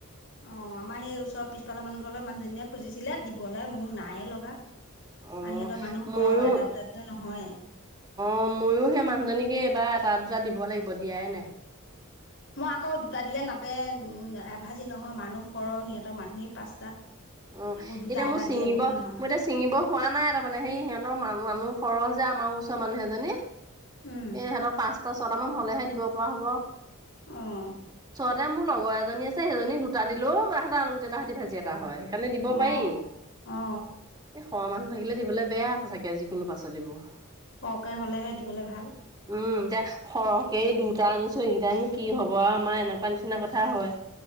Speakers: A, on the left; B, on the right.
A: অ 'আমাৰ সেই ওচৰৰ পিছপালা মানুহৰ মানুহজনীয়ে খুজিছিলে দিবলৈলে মোৰ নায়ে লগা আহ
B: অ
A: সিহঁতৰ মানুহ
B: ময়ো
A: কৰ এটা দুটা নহয়
B: অ ময়ো সেই মানুহজনীকে এইবাৰ এটা দুটা দিব লাগিব দিয়াই নাই
A: মই আকৌ দুটা দিলে নাতে এভাজি নহয় মানুহ সৰহ সিহঁতৰ মানুহেই পাঁচটা।
B: অ'
A: আকৌ দুটা
B: এতিয়া
A: এটা
B: মোৰ ছিঙিব
A: দিলে মানে
B: মোৰ
A: নহয়
B: এতিয়া ছিঙিব হোৱা নাই তাৰ মমানে সেই সিহঁতৰ মানুহ সৰহ যে আমাৰ ওচৰ মানুহ এজনী এই
A: উম
B: সিহঁতৰ পাচ টা ছটা মান হলেহে দিব পৰা হ'ব।
A: অহ
B: ততে মোৰ লগৰ এজনী আছে সেইজনী দুটা দিলেও আলুগুটি এটা সতি ভাজি এটা হয়। সেই কাৰণে দিব
A: অ
B: পাৰি
A: অ
B: সৰহ মানুহ থাকিলে দিবলৈ বেয়া যিকোনো পাচলিবোৰ
A: সৰহকে হলেহে দিবলে ভাল।
B: উম এতিয়া সৰহকে দুটা আনিছো এইকেইটানো কি হব। আমাৰ এনেকুৱা নিচিনা কথা হয়